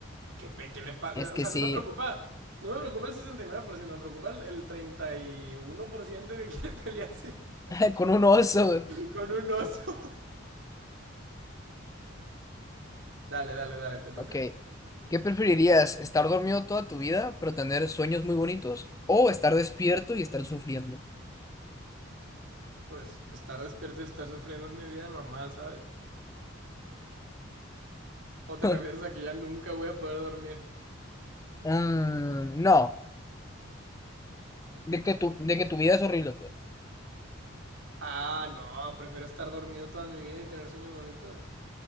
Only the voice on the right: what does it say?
¿Qué, pe- qué le pasa?
O sea,
no me preocupa. No me preocupa el 69%, me preocupa el, el 31% que <laughs> quiere pelearse
con un oso. Dale, dale, dale, te toca.
Pues estar despierto y estar sufriendo es mi vida normal, ¿sabes? ¿O te
refieres a que ya nunca voy a poder dormir?
Ah, no, prefiero estar dormido toda mi vida y tener sueños bonitos.